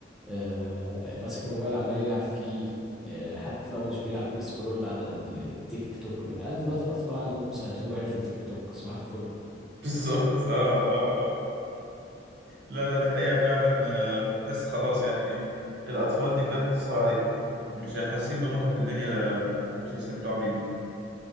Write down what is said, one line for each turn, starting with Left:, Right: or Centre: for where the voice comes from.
Centre: آه، ماسك الموبايل عمال يلعب فيه آه، حتى لو مش بيلعب بيسكرول على ال- التيك توك ده العيال دلوقتي الاطفال عندهم سنتين ويعرفوا التيك توك صباح الفل
Right: <laughs> بالظبط اه اه آه. لا لا دي حقيقة فعلا آه، تحس خلاص يعني الأطفال دي بجد تصعب عليك مش حاسين بمتعة الدنيا ومش هيستمتعوا بيها